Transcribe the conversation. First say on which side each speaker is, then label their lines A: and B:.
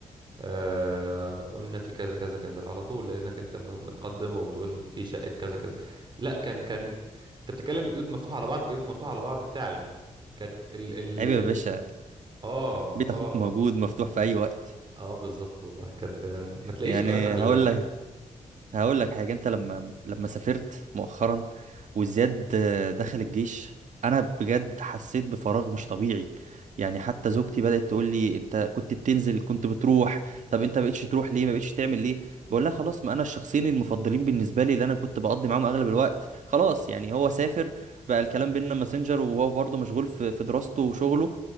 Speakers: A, on the right (about 40°); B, on the right (about 75°).
A: آه قلنا في كذا كذا كذا على طول لانك انت م- متقدم وبتقول في شقه كذا كذا لا كان كان انت بتتكلم بيوت مفتوحه على بعض بيوت مفتوحه على بعض فعلا كانت ال ال
B: عيب
A: ال
B: يا باشا
A: اه اه
B: بيت اخوك موجود مفتوح في اي وقت
A: اه بالظبط والله كانت آه، ما تلاقيش
B: يعني
A: الكلام ده خلي
B: هقول
A: بالك
B: لك هقول لك حاجة انت لما لما سافرت مؤخرا وزياد آه، دخل الجيش انا بجد حسيت بفراغ مش طبيعي يعني حتى زوجتي بدأت تقول لي انت كنت بتنزل كنت بتروح طب انت ما بقتش تروح ليه ما بقتش تعمل ليه بقول لها خلاص ما انا الشخصين المفضلين بالنسبة لي اللي انا كنت بقضي معاهم اغلب الوقت خلاص يعني هو سافر بقى الكلام بيننا ماسنجر وهو برضه مشغول في في دراسته وشغله